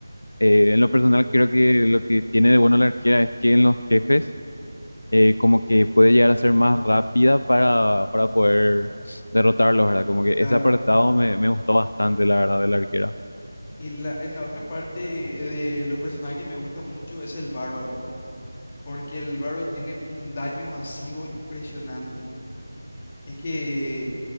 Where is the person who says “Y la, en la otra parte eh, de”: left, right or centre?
Left